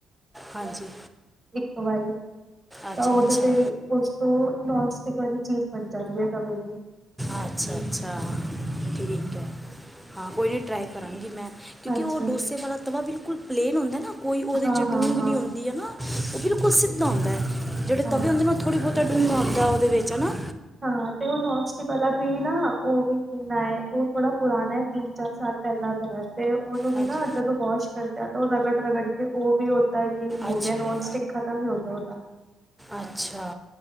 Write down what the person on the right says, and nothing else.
ਇੱਕ ਵਾਰੀ
ਤਾਂ ਓਦੇ
ਤੇ ਵੀ ਓਸ ਤੋਂ, ਨੋਨ ਸਿਟਕ ਵਾਲੀ ਚੀਜ ਬਨ ਜਾਂਦੀ ਆ ਤਵੇ ਤੇ ਵੀ
ਹਾਂਜੀ
ਹਾਂਜੀ
ਹਾਂ
ਹਾਂ
ਹਾਂ
ਹਾਂ
ਹਾਂ, ਤੇ ਓ ਨੋਸਟਿਕ ਵਾਲਾ ਵੀ ਨਾ ਓ ਵੀ ਨਈ ਓ ਥੋੜਾ ਪੁਰਾਨਾ ਏ ਤਿੰਨ, ਚਾਰ ਸਾਲ ਪੈਲਾਂ ਦਾ ਐ, ਤੇ ਓਨੂੰ
ਵੀ ਨਾ ਜਦੋਂ ਵੋਸ਼ ਕਰ ਓ ਰਗਟ ਰਗੜ ਕੇ ਓ ਵੀ ਓਦਾ ਈ
ਏ, ਨੋਨ ਸੀਟਕ ਖਤਮ ਈ ਹੋ ਗਏ ਓਦਾਂ।